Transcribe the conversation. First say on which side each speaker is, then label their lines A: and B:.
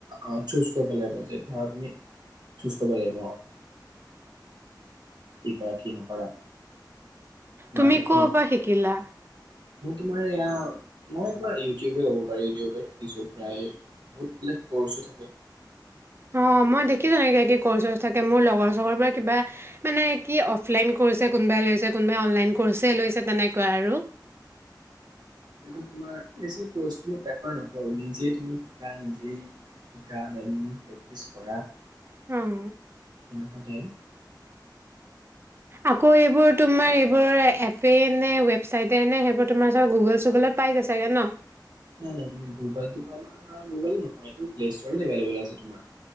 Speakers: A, on the right; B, on the right.
A: অ চুছ কৰিব লাগিব যে ধৰা তুমি চুছ কৰিব লাগিব। অ। কি কৰা, কি নকৰা। মাৰ্কেটখনৰ
B: তুমি ক'
A: ওপৰত
B: পৰা শিকিলা?
A: মোৰ তোমাৰ এইয়া মই তোমাৰ ইউ টিউবে হব পাৰি, ইউটিউবে শিকিছো প্ৰায় বহুত বিলাক কৰ্ছো থাকে।
B: অ মই দেখিছো নেকি ক্সছ ছ্ৰছ থাকে মোৰ লগৰ চগৰ বোৰে কিবা মানে কি অফলাইন কৰিছে কোনোবাই লইছে কোনোবাই অনলাইন কৰিছে লইছে তেনেকুৱায়ে আৰু
A: ন তুমি শা নি শনে
B: হম
A: তেনেকুৱাতে
B: আকৌ এইবোৰ তোমাৰ এইবোৰ এপেই নে ৱেবচাইট নে সেইবোৰ তোমাৰ গুগোল চোগলত পাই যায় চাগে ন
A: নাই নাই তুমি গুগল গুগ নু এইটো প্লেষ্ট এভলেব আছে তোমাৰ